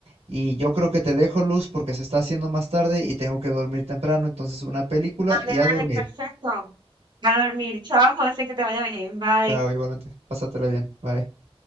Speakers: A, on the right; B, on the right.
A: y yo creo que te dejo luz porque se está haciendo más tarde y tengo que dormir temprano. Entonces una película
B: dale,
A: y a dormir.
B: dale, perfecto. A dormir. Chao, José, que te vaya bien. Bye.
A: Chao, igualmente. Pásatela bien. Bye.